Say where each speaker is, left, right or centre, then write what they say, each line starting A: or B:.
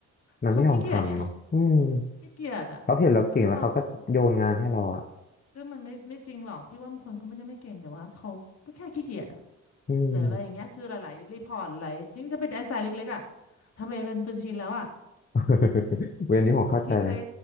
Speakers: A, on the left; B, on the left.
A: มันไม่ยอมทำเนาะอืม
B: เขาขี้เกียจไงขี้เกียจอะ
A: เขาเห็นเราเก่งแล้วเขาก็โยนงานให้เราอ่ะ
B: ซึ่งเราก็ ซึ่งมันไม่ไม่จริงหรอกพี่ว่าบางคนก็ไม่ได้ไม่เก่งแต่ว่าเขาก็แค่ขี้เกียจอะ
A: อืม
B: หรืออะไรอย่างเงี้ยคือหลายๆรีพอร์ตหลายจริงจะเป็นไอ้สายเล็กๆอะทำเองเป็นจนชินแล้วอะ
A: <laughs> เวรนี้ผมเข้าใจเลย
B: บางทีเคย